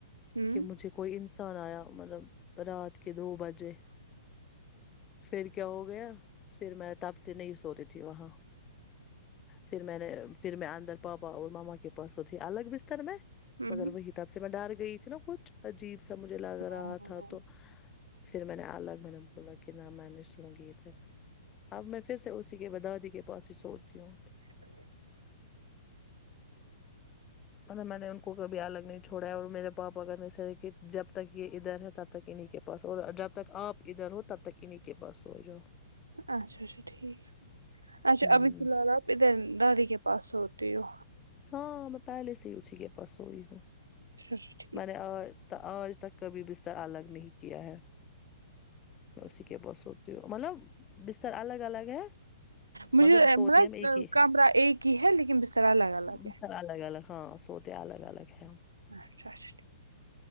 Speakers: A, on the right (about 85°); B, on the left (about 20°).
A: ہوں
B: کی مجھے کوئی انسان آیا مطلب رات کے دو بجے فیر کیا ہو گیا فیر میں تب سے نہیں سوری تھی وہاں فیر میں نے فیر میں اندر پاپا اور ماما کے پاس سوتی تھی الگ بستر میں
A: ہوں
B: مگر وہی تب سے میں ڈر گئی تھی نا کچھ عجیب سا مجھے لگ
A: ہاں
B: رہا تھا تو فیر میں نے الگ میں نے بولا کہ نہ میں نہیں سوں گی اب میں فیر سے اسی کے با دادی کے پاس ہی سوتی ہوں
A: <inaudible>
B: میں نے ان کو کبھی الگ نہیں چھوڑا ہے اور میرے پاپا کن ایسا ہے کی جب تک یے ادھر ہے تب تک انی کہ پاس اور جب تک آپ ادھر ہو تب تک انی کے پاس سو جاؤ
A: اچھا جی ٹھیک ہےاچھا
B: ہوں
A: ابھی فل حال آپ ادھر دادی کے پاس سوتی ہو
B: ہاں میں پہلے سے ہی اسی کے پاس سوئی ہوں
A: اچھا اچھا ٹھیک
B: میں نے آج آج تا آج تک کبھی بستر الگ نہیں کیا ہے میں اسی کے پاس سوتی ہو مطلب بستر الگ الگ ہے
A: مجھے
B: مگر سوتے
A: ما مطلب
B: ہم ایک ہی
A: کمرہ ایک ہی ہے لیکن بسترا الگ الگ
B: بستر
A: ہے
B: الگ الگ ہاں سوتے الگ الگ ہے ہم
A: اچھا اچھا